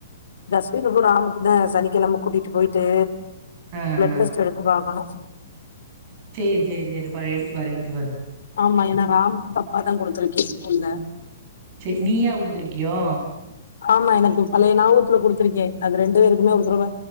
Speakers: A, on the left; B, on the right.
A: தஸ்வினுகு ராமுக்குதே சனிக்கெழம கூட்டிட்டு போயிட்டு
B: அ அ
A: இன்ரெஸ்ட் எடுத்து பாக்கணு
B: சேரி சேரி சேரி பாரு எடுத்து பாரு எடுத்து பாரு
A: ஆமா எனா ராம் தப்பாதாங் குடுத்துருக்கே ஸ்கூல்ல
B: சே நீயா குடுத்துருக்கியோ
A: ஆமா எனக்கு பழைய நாபகத்துல குடுத்திருக்கே அது ரெண்டு பேருக்குமே ஒரு தரவ